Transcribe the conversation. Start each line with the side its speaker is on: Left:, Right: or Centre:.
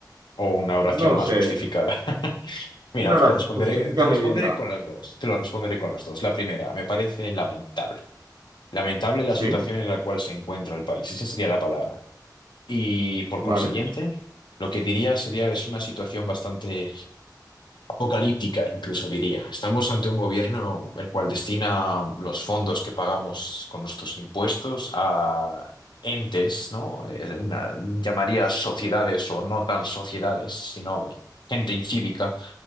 Left: o una oración
Right: No lo
Left: más
Right: sé.
Left: justificada? <laughs> Mira,
Right: Una
Left: te
Right: gracia,
Left: responderé,
Right: justifícame
Left: te responderé
Right: bien la...
Left: con las dos, te lo responderé con las dos. La primera, me parece lamentable. Lamentable la
Right: ¿Sí?
Left: situación en la cual se encuentra el país, esa sería la palabra. Y por
Right: ¿Vale?
Left: consiguiente, lo que diría sería es una situación bastante apocalíptica, incluso diría. Estamos ante un gobierno el cual destina los fondos que pagamos con nuestros impuestos a entes, ¿no? Eh, una- llamaría sociedades o no tan sociedades, sino gente incívica